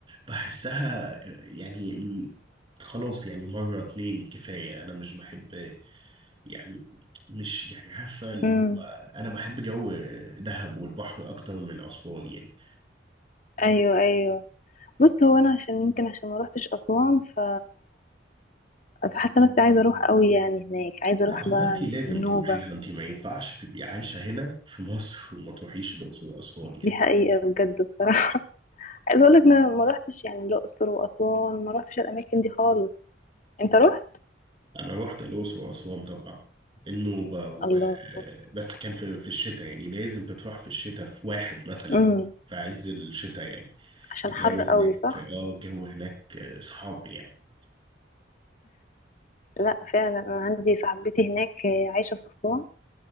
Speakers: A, on the right; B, on the left.
A: بحسها يعني خلاص يعني مره اتنين كفايه انا مش بحب يعني مش يعني عارفه اللي
B: امم
A: هو انا بحب جو دهب والبحر اكتر من اسوان يعني
B: ايوه ايوه بص هو انا عشان يمكن عشان ما روحتش أسوان ف فحاسة نفسي عايزة اروح قوي يعني هناك عايزة
A: لا
B: اروح
A: هو
B: بقى
A: انت لازم
B: النوبة
A: تروحيها انت ما ينفعش تبقي عايشة هنا في مصر وما تروحيش الأقصر وأسوان يعني
B: دي حقيقة بجد الصراحة <laughs> عايزة اقول لك انا ما روحتش يعني الأقصر وأسوان ما روحتش الأماكن دي خالص انت روحت
A: أنا رحت الأقصر وأسوان طبعا النوبة و...
B: الله
A: بس كان في في الشتاء يعني لازم تروح في الشتاء في واحد مثلا
B: امم
A: في عز الشتاء يعني
B: عشان
A: الجو
B: حر
A: هناك
B: قوي صح
A: اه الجو هناك آه، صعب يعني
B: لا فعلا انا عندي صاحبتي هناك آه، عايشة في أسوان